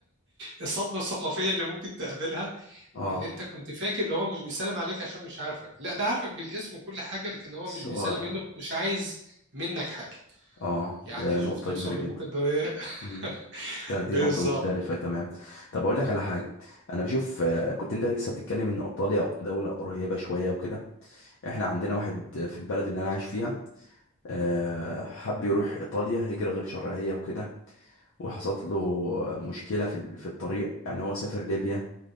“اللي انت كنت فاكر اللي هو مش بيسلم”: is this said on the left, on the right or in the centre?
Right